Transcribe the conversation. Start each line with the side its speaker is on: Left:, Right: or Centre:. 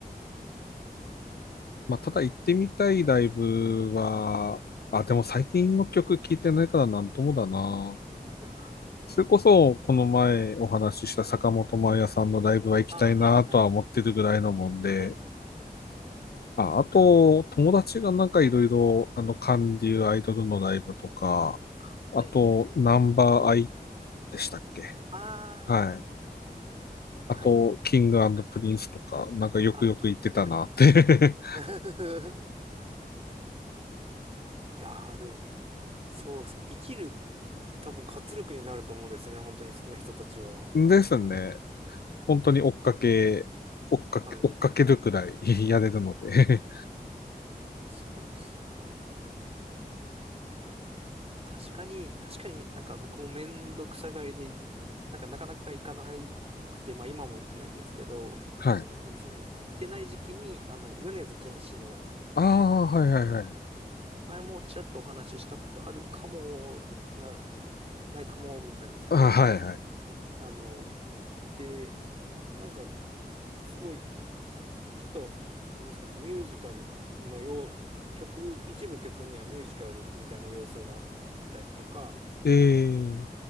Left: <laughs> まあ、ただ行ってみたいライブは、
Right: おーはい。
Left: あ、でも最近の曲聴いてないからなんともだな。
Right: はい。
Left: それこそ、この前お話しした坂本真綾さんのライブは行きたいなとは思ってるぐらいのもんで、
Right: ああ、はい、はい、はい、
Left: あ、あと、友達がなんかいろいろ、あの、韓流アイドルのライブとか、あと、
Right: はい、はい。
Left: ナンバーアイでしたっけ
Right: あ
Left: はい。あと、
Right: あ、はい。
Left: キングプリンスとか、なんかよくよく言ってたなって
Right: ああ、キープ。はい。<laughs> いやー、でも、そうですね。生きる、多分活力になると思うんですね。本当に好きな人たちは。
Left: <laughs> ですね。本当に追っかけ、追っかけ、
Right: はい。
Left: 追っかけるくらい <laughs> やれるので
Right: すごいっすよね。確かに、確かになんか僕もめんどくさがりで、いなんかなかなか行かなくて、まあ今も行ってないんですけど、
Left: <laughs> はい。
Right: うそのい行ってない時期に、あの、米津玄師の、
Left: ああ、はいはいはい。
Right: 前もちらっとお話ししたことあるかも、な、ないかも、みたいなんですけど、
Left: あはいはい。
Right: ねあの、行って、なんかすごい、ちょっと、なんですかね、ミュージカルのよう、曲、一部曲にはミュージカルみたいな要素があったりとか、
Left: ええ、